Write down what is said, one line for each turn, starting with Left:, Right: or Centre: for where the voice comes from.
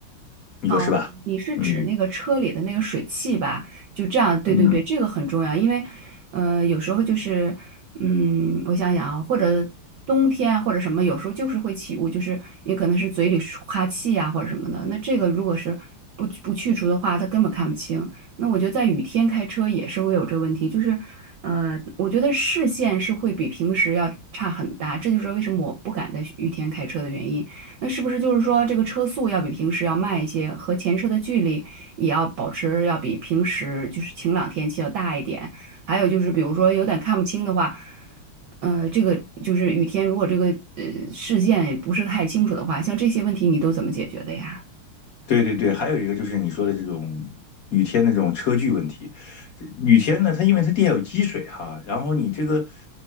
Left: 你说是吧？
Right: 哦，你你是指那个车里的那个水汽吧？
Left: 嗯
Right: 就这样，对对对，
Left: 嗯，
Right: 这个很重要，因为，呃，有时候就是，嗯，我想想啊，或者冬天或者什么，有时候就是会起雾，就是也可能是嘴里是哈气呀、或者什么的。那这个如果是不不去除的话，它根本看不清。那我觉得在雨天开车也是会有这个问题，就是，呃，我觉得视线是会比平时要差很大，这就是为什么我不敢在雨天开车的原因。那是不是就是说，这个车速要比平时要慢一些，和前车的距离也要保持要比平时就是晴朗天气要大一点？还有就是，比如说有点看不清的话，呃，这个就是雨天，如果这个呃视线也不是太清楚的话，像这些问题你都怎么解决的呀？
Left: 对对对，还有一个就是你说的这种雨天的这种车距问题。这雨天呢，它因为它地下有积水哈，然后你这个